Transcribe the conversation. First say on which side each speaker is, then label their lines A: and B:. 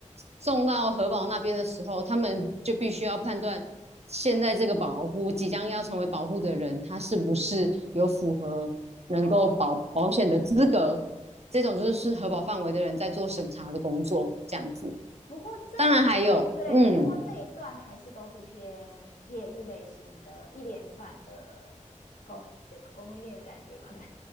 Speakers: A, on the right (about 55°); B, on the left (about 80°).
A: 送到核保那边的时候，他们就必须要判断现在这个保护即将要成为保护的人，他是不是有符合能够保保险的资格。
B: 哦，
A: 这种就是是核保范围的人在做审查的工作，这样子。
B: 不过这一对，
A: 当然还有，嗯，
B: 不过这一段还是都是偏业务类型的，一连串的供有个供应链的感觉嘛，对